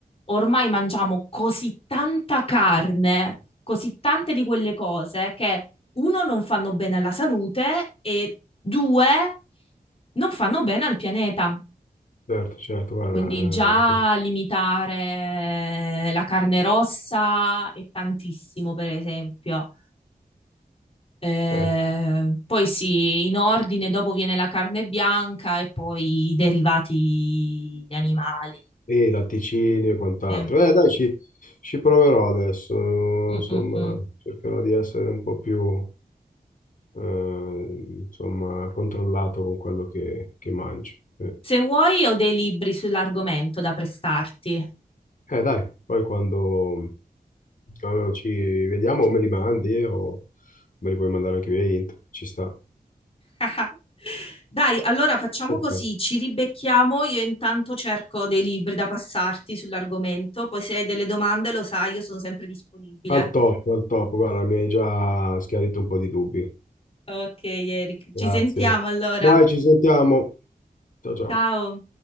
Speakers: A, on the left; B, on the left.
A: ormai mangiamo così tanta carne, così tante di quelle cose che uno non fanno bene alla salute e due non fanno bene al pianeta.
B: Certo, certo, guarda,
A: Quindi già
B: eh,
A: limitare la carne rossa è tantissimo, per esempio. Eh,
B: eh,
A: poi sì, in ordine, dopo viene la carne bianca e poi i derivati animali.
B: e latticini e quant'altro.
A: Eh,
B: Eh, dai, ci, ci proverò adesso,
A: mm,
B: insomma,
A: mm, mm.
B: cercherò di essere un po' più, eh, insomma, controllato con quello che, che mangio. Eh,
A: Se vuoi, ho dei libri sull'argomento da prestarti.
B: Eh, dai, poi quando, quando ci vediamo o me li mandi eh, o me li puoi mandare anche via int, ci sta.
A: <laughs> Dai, allora facciamo
B: Perfetto.
A: così, ci ribecchiamo, io intanto cerco dei libri da passarti sull'argomento, poi se hai delle domande lo sai, io sono sempre disponibile.
B: Al top, al top, guarda, mi hai già schiarito un po' di dubbi.
A: Ok, Eric,
B: Grazie.
A: ci sentiamo allora.
B: Dai, ci sentiamo. Ciao, ciao.
A: Ciao.